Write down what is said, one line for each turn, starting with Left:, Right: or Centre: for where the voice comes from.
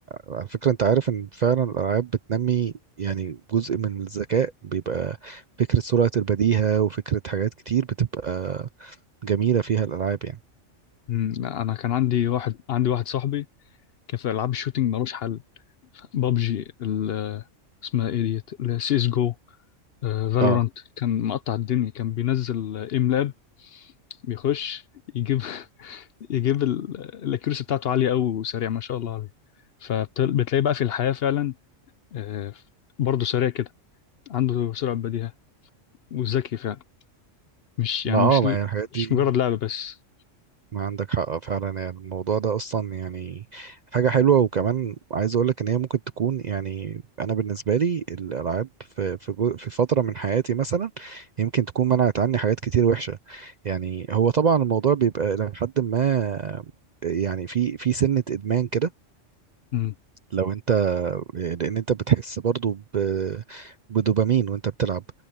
Right: على فكرة انت عارف ان فعلا الالعاب بتنمي يعني جزء من الذكاء بيبقى فكرة سرعة البديهة وفكرة حاجات كتير بتبقى جميلة فيها الالعاب يعني
Left: امم لا أنا كان عندي واحد عندي واحد صاحبي كان في ألعاب الشوتينج ملوش حل بابجي ال- اسمها ايه ديت اللي هي سيس جو فالورانت
Right: اه
Left: كان مقطع الدنيا كان بينزل ام لاب بيخش يجيب <laughs> يجيب ال- الاكيورسي بتاعته عاليه قوي وسريع ما شاء الله عليه فبتلاقي بقى في الحياه فعلا آه، برضه سريع كده عنده سرعه بديهه وذكي فعلا مش
Right: ما
Left: يعني
Right: اه
Left: مش
Right: ما يعني الحاجات
Left: مش
Right: دي
Left: مجرد لعبه بس
Right: ما عندك حق فعلا يعني الموضوع ده اصلا يعني حاجه حلوه وكمان عايز اقول لك ان هي ممكن تكون يعني انا بالنسبه لي الالعاب في في جو- في فتره من حياتي مثلا يمكن تكون منعت عني حاجات كتير وحشه يعني هو طبعا الموضوع بيبقى لحد ما يعني في في سنه ادمان كده
Left: مم.
Right: لو انت آه، لان انت بتحس برضو ب- بدوبامين وانت بتلعب